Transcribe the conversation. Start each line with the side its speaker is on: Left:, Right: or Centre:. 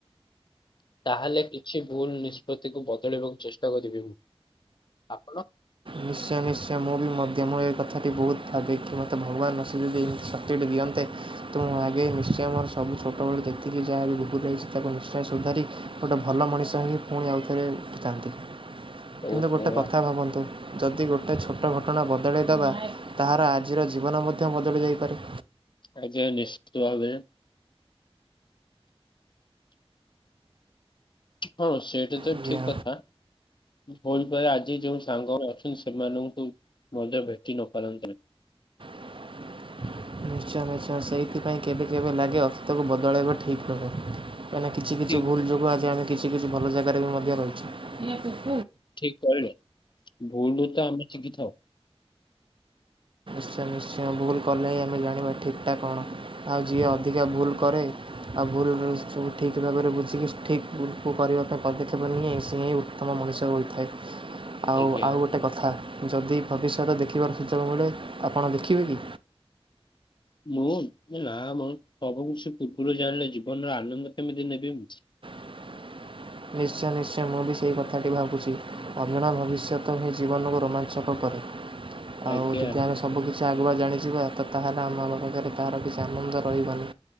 Left: ତାହେଲେ କିଛି ଭୁଲ ନିଷ୍ପତ୍ତିକୁ ବଦଳେଇବାକୁ ଚେଷ୍ଟା କରିବି ମୁଁ। ଆପଣ?
Right: ନିଶ୍ଚୟ ନିଶ୍ଚୟ। ମୁଁ ବି ମଧ୍ୟ। ମୋ ଏ କଥାଟି ବହୁତ ଭାବେ କି, ମୋତେ ଭଗବାନ ଆସିିକି ଯଦି ଏମତି ଶକ୍ତିଟେ ଦିଅନ୍ତେ ତ ମୁଁ ଆଗେ, ନିଶ୍ଚୟ ମୋର ସବୁ ଛୋଟବେଳ ଯେତିକି ଯାହା ବି ଭୁଲ ହେଇଛି ତାକୁ ନିଶ୍ଚୟ ସୁଧାରି ଗୋଟେ ଭଲ ମଣିଷ ହେଇ, ପୁଣି ଆଉଥରେ ଉଠିଥାନ୍ତି।
Left: ଓହୋ
Right: କିନ୍ତୁ ଗୋଟେ କଥା ଭାବନ୍ତୁ ଯଦି ଗୋଟେ ଛୋଟ ଘଟଣା ବଦଳାଇ ଦବା, ତାହାର ଆଜିର ଜୀବନ ମଧ୍ୟ ବଦଳି ଯାଇପାରେ।
Left: ଆଜ୍ଞା ନିଶ୍ଚିତ ଭାବେ। ହଁ ସେଇଟା ତ
Right: ଆଜ୍ଞା
Left: ଠିକ କଥା। ହୋଇପାରେ ଆଜି ଯୋଉ ସାଙ୍ଗ ଅଛନ୍ତି ସେମାନଙ୍କୁ ତ ମଧ୍ୟ ଭେଟି ନ ପାରନ୍ତି।
Right: <inaudible> ନିଶ୍ଚୟ ନିଶ୍ଚୟ। ସେଇଥିପାଇଁ କେବେ କେବେ ଲାଗେ ଅତୀତକୁ ବଦଳାଇବା ଠିକ୍ ନୁହେଁ। କାଇଁନା କିଛି କିଛି
Left: ଠିକ
Right: ଭୁଲ୍ ଯୋଗୁଁ, ଆଜି ଆମେ କିଛି କିଛି ଭଲ ଜାଗାରେ ବି ମଧ୍ୟ ରହିଛୁ।
Left: ଠିକ କହିଲେ। ଭୁଲରୁ ତ ଆମେ ଶିଖି ଥାଉ।
Right: ସେ ନିଶ୍ଚୟ ଭୁଲ କଲେ ହିଁ ଆମେ ଜାଣିବା ଠିକ୍ ଟା କଣ? ଆଉ ଯିଏ ଅଧିକା ଭୁଲ୍ କରେ, ଆଉ ଭୁଲରୁ ସବୁ ଠିକ୍ ଭାବରେ ବୁଝିକି, ଠିକ୍ ଭୁଲକୁ କରିବା ପାଇଁ ପଦକ୍ଷେପ ନିଏ, ସିଏ ହିଁ ଉତ୍ତମ ମଣିଷ ଥାଏ। ଆଉ
Left: ଆଜ୍ଞା।
Right: ଆଉ ଗୋଟେ କଥା, ଯଦି ଭବିଷ୍ୟତ ଦେଖିବାର ସୁଯୋଗ ମିଳେ ଆପଣ ଦେଖିବେ କି?
Left: ମୁଁ ନା ମ ସବୁ କିଛି ପୂର୍ବରୁ ଜାଣିଲେ, ଜୀବନର ଆନନ୍ଦ କେମିତି ନେବି ମୁଁ?
Right: <inaudible> ନିଶ୍ଚୟ ନିଶ୍ଚୟ, ମୁଁ ବି ସେଇ କଥାଟି ଭାବୁଛି ଅଜଣା ଭବିଷ୍ୟତ ହିଁ ଜୀବନକୁ ରୋମାଞ୍ଚକ କରେ। ଆଉ
Left: ଆଜ୍ଞା
Right: ଯଦି ଆମେ ସବୁ କିଛି ଆଗୁଆ ଜାଣି ଯିବା ତ ତାହେଲେ ଆମ ଆମ ପାଖରେ ତାହାର କିଛି ଆନନ୍ଦ ରହିବନି,